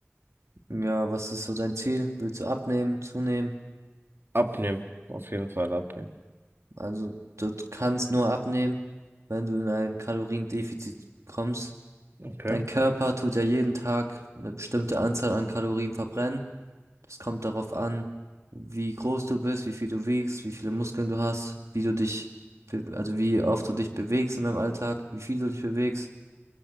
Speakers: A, on the right; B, on the right.
A: Ja, was ist so dein Ziel? Willst du abnehmen, zunehmen?
B: Abnehmen. Auf jeden Fall abnehmen.
A: Also du kannst nur abnehmen, wenn du in ein Kaloriendefizit kommst.
B: Okay.
A: Dein Körper tut ja jeden Tag eine bestimmte Anzahl an Kalorien verbrennen Das kommt darauf an, wie groß du bist, wie viel du wiegst, wie viele Muskeln du hast, wie du dich, be- also wie oft du dich bewegst in deinem Alltag, wie viel du dich bewegst.